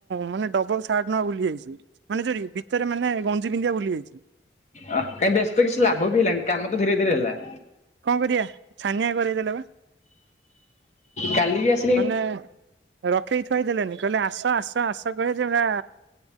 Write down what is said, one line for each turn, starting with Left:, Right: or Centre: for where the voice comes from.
Right: ମାନେ ଡବଲ ସାର୍ଟ ନବା ଭୁଲି ଯାଇଛି। ମାନେ ଯୋରି ଭିତରେ ମାନେ ଗଞ୍ଜି ପିନ୍ଧିବା ଭୁଲି ଯାଇଛି।
Left: ଅ କାହିଁକି ବ୍ୟସ୍ତ କିଛି ଲାଭ ବି ହେଲାଣି କାମ ତ ଧୀରେ ଧୀରେ ହେଲା।
Right: କଣ କରିବା ଛାନିଆ କରେଇଦେଲେ ବା।
Left: କାଲି ବି ଆସ
Right: ମାନେ ରଖେଇ ଥୁଆଇଦେଲେନି କହିଲେ ଆସ ଆସ ଆସ କହିଲେ ଯୋ